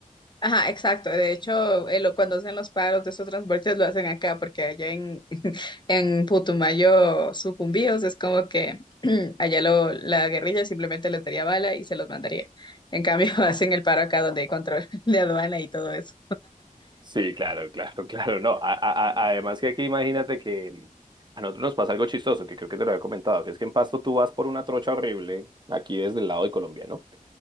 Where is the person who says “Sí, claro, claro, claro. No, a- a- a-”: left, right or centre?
Right